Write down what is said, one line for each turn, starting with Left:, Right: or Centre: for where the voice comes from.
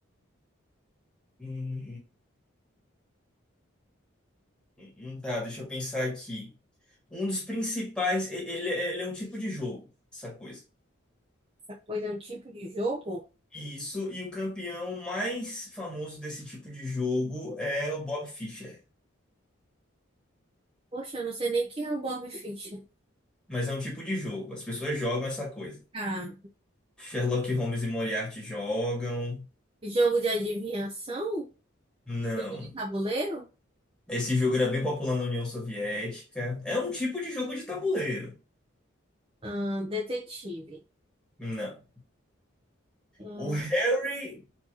Centre: hum, hum, tá, deixa eu pensar aqui. Um dos principais, e- ele, ele é um tipo de jogo, essa coisa.
Right: Essa coisa é um tipo de jogo?
Centre: Isso, e o campeão mais famoso desse tipo de jogo é o Bob Fischer.
Right: Poxa, eu não sei nem quem é o Bob Fischer.
Centre: Mas é um tipo de jogo, as pessoas jogam essa coisa.
Right: Tá.
Centre: Sherlock Holmes e Moriarty jogam.
Right: Jogo de adivinhação?
Centre: Não.
Right: Jogo de tabuleiro?
Centre: Esse jogo era bem popular na União Soviética. É um tipo de jogo de tabuleiro.
Right: Ahn, detetive.
Centre: Não.
Right: Ahn,
Centre: O Harry,